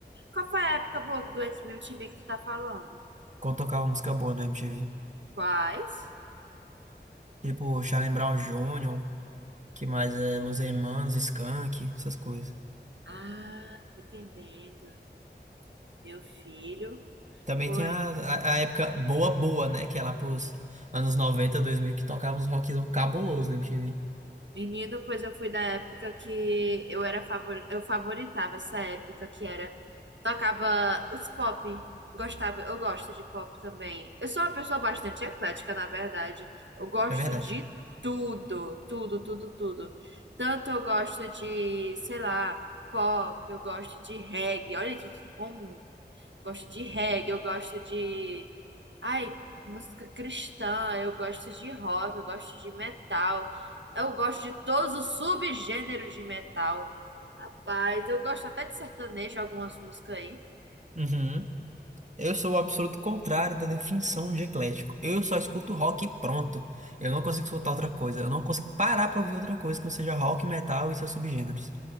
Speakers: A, on the right; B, on the right.
A: Qual foi a época boa do MTV que tu tá falando?
B: Quando tocava música boa na MTV.
A: Quais?
B: Tipo, Charlie Brown Jr., que mais é Los Hermanos, Skank, essas coisas.
A: Ah, tô entendendo. Meu filho
B: Também
A: foi.
B: tem a, a, a época boa, boa, né? Que é lá pros anos noventa, dois mil que tocava uns rock cabuloso na MTV.
A: Menino, pois eu fui da época que eu era favor... eu favoritava essa época que era. Tocava os pop. Gostava, eu gosto de pop também. Eu sou uma pessoa bastante eclética, na verdade. Eu gosto
B: É verdade.
A: de tudo, tudo, tudo, tudo. Tanto eu gosto de, sei lá, pop, eu gosto de reggae. Olha que que comum. gosto de reggae, eu gosto de. Ai, música cristã, eu gosto de rock, eu gosto de metal, eu gosto de todos os subgêneros de metal. Rapaz, eu gosto até de sertanejo, algumas músicas aí.
B: Uhum. Eu sou o absoluto contrário da definição de eclético. Eu só escuto rock e pronto. Eu não consigo escutar outra coisa. Eu não consigo parar pra ouvir outra coisa que não seja rock, metal e seus subgêneros.